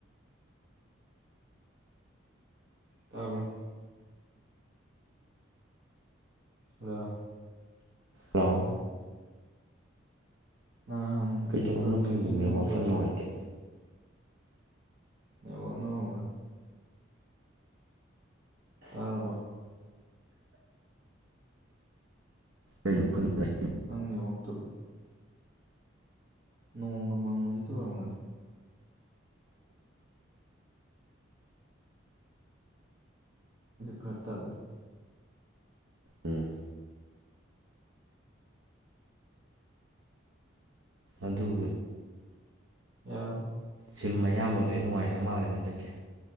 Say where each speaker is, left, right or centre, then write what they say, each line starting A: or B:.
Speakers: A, on the right; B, on the right.
A: ꯇꯥꯔꯕꯔꯣ ꯍꯜꯂꯣ
B: ꯍꯜꯂꯣ
A: ꯅꯍꯥꯟ
B: ꯀꯩꯗꯧꯔꯕꯅꯣ
A: ꯍꯟꯈꯤꯕꯗꯨꯗꯤ
B: ꯈꯪꯗꯦ ꯅꯦꯠꯋꯥꯛꯁꯦ
A: ꯅꯣꯡ ꯆꯣꯠꯇ꯭ꯔꯣ
B: ꯌꯥꯝ ꯅꯨꯡꯉꯥꯏꯇꯦ
A: <unintelligible> ꯇꯥꯔꯕꯣ
B: <unintelligible>
A: ꯅꯪ ꯅꯦꯠꯋꯥꯛꯇꯨꯗꯤ ꯅꯣꯡꯒ ꯃꯪꯕꯗꯨꯗ ꯑꯣꯏꯔꯝꯒꯅꯤ ꯈꯇꯥ
B: ꯎꯝ ꯑꯗꯨꯕꯨꯗꯤ
A: ꯌꯥꯔꯕꯣ
B: ꯁꯤꯝ ꯑꯌꯥꯝꯕ ꯂꯣꯏꯅ ꯅꯨꯡꯉꯥꯏꯇꯕ ꯃꯥꯜꯂꯒꯗꯤ ꯍꯟꯗꯛꯀꯤ